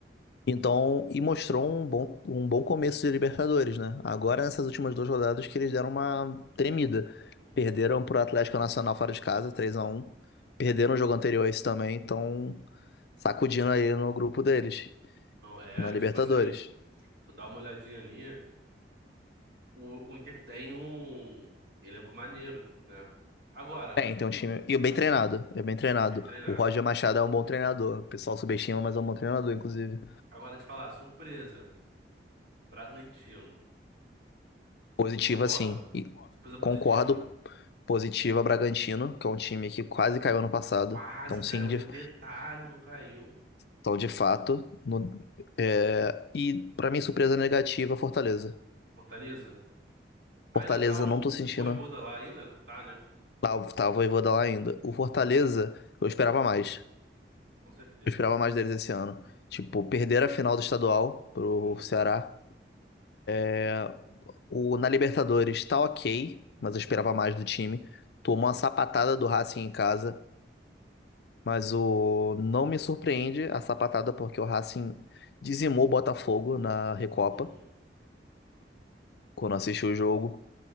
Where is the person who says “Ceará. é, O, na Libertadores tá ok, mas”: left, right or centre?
Left